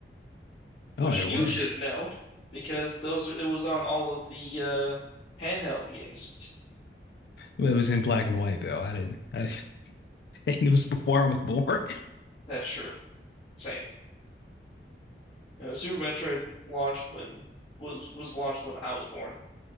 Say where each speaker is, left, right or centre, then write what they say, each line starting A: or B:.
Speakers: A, on the left; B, on the left.
A: which
B: Oh, and it was.
A: you should know because those it was on all of the uh handheld games.
B: It was in black and white though. I didn't. I, <laughs> it was before I was born.
A: That's true. Same. You know, Super Metroid launched when was was launched when I was born.